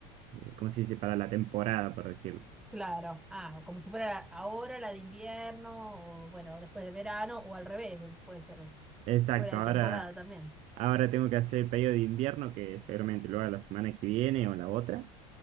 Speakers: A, on the right (about 45°); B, in the centre.
A: eh, ¿cómo se dice? Para la temporada, por decirlo.
B: Claro, ah, como si fuera ahora la de invierno, o bueno, después de verano, o al revés, puede ser
A: Exacto,
B: fuera de
A: ahora,
B: temporada también.
A: ahora tengo que hacer el pedido de invierno, que seguramente lo haga la semana que viene o la otra.